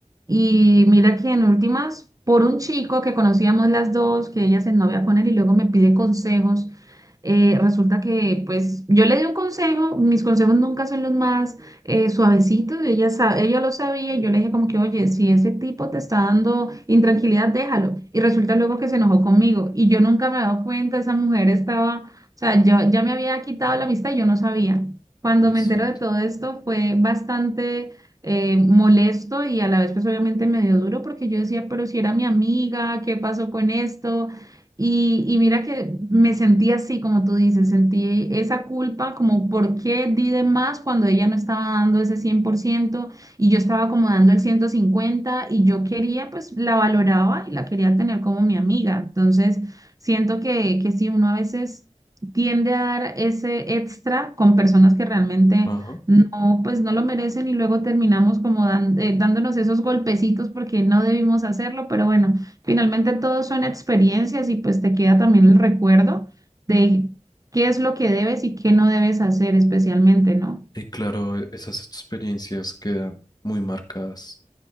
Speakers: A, on the right; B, on the left.
A: y mira que en últimas, por un chico que conocíamos las dos, que ella se novia con él y luego me pide consejos, eh, resulta que pues yo le di un consejo, mis consejos nunca son los más eh, suavecitos, ella, sa- ella lo sabía, y yo le dije como que, oye, si ese tipo te está dando intranquilidad, déjalo. Y resulta luego que se enojó conmigo y yo nunca me he dado cuenta, esa mujer estaba, o sea, yo, ya me había quitado la amistad y yo no sabía. Cuando
B: Exacto.
A: me entero de todo esto fue bastante eh, molesto y a la vez pues obviamente medio duro porque yo decía, pero si era mi amiga, ¿qué pasó con esto? Y, y mira que me sentí así, como tú dices, sentí esa culpa, como por qué di de más cuando ella no estaba dando ese 100% y yo estaba como dando el 150 y yo quería, pues la valoraba y la quería tener como mi amiga. Entonces, siento que, que sí, uno a veces tiende a dar ese extra con personas que realmente
B: Ajá.
A: no, pues no lo merecen y luego terminamos como dan- eh, dándonos esos golpecitos porque no debimos hacerlo, pero bueno, finalmente todo son experiencias y pues te queda también el recuerdo de qué es lo que debes y qué no debes hacer especialmente, ¿no?
B: Y claro, e- esas experiencias quedan muy marcadas.